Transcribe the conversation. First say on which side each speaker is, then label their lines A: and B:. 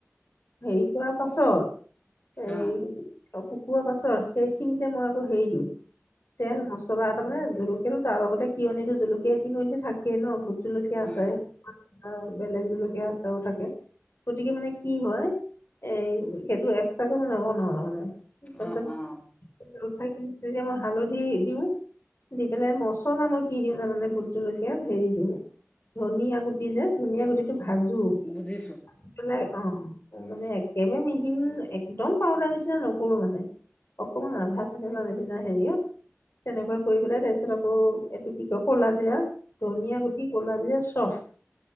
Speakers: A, on the left; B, on the left.
A: হেৰি কৰা পাছত এই
B: অ',
A: অ কুকোৱা পাছৰ সেইখিনিতে মই আকৌ হেৰি দিওঁ তেল মছলা তাৰ মানে জলকীয়াটো তাৰ লগতে কিয় নিদো জলকীয়া ইতিমধ্যতে থাকে ন। জলকীয়া আছে
B: উম।
A: অ বেলেগ জলকিয়া আচাৰো থাকে গতিকে মানে কি হয় এ সেইটো এক্সট্ৰাকে বনাব নোৱাৰোঁ মানে। তাৰ
B: অ',
A: পাছত
B: অ',
A: উঠাই কিনি তেতিয়া মই হালধি দিও দি পেলাই মছলা মই কি দিওঁ জানো ভূতজলকীয়া ধেৰি দিওঁ ধনিয়া গুটি যে ধনিয় গুটিটো ভাজো
B: বুজিছো
A: ভাজি পেলাই অ মানে একেবাৰে মিহিন একদম পাউদাৰ নিচিনা নকৰো মানে অকমান আধা ঠেচেলা নিচিনা হেৰিয়ত তেনেকুৱা কৰি পেলাই তাৰ পিছত আকৌ এইটো কি কয়। ক'লাজিৰা, ধনিয়া গুটি, ক'লাজিৰা চফ